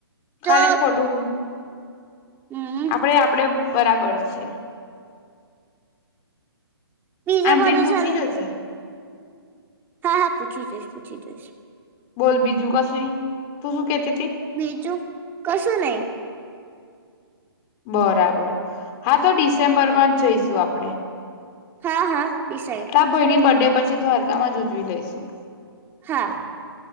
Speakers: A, on the right; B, on the left.
A: તો
B: ખાલી ખોટું.
A: હમ
B: આપડે આપડે બરાબર છીએ.
A: બીજા
B: આંટીને
A: બધા
B: પૂછી
A: ચલે.
B: જોજે
A: હા હા પૂછી જોઈશ પૂછી જોઈશ.
B: બોલ બીજું કશું, તું શું કેત
A: બીજું કશું નહી.
B: બરાબર. હા તો ડિસેમ્બરમાં
A: હમ
B: જઈશું આપ આપડે.
A: હા હા ડિસાઈડ
B: ત ભાઈની બર્ડે પછી પછી દ્વારકામાં જ ઉજવી લઈશું.
A: હા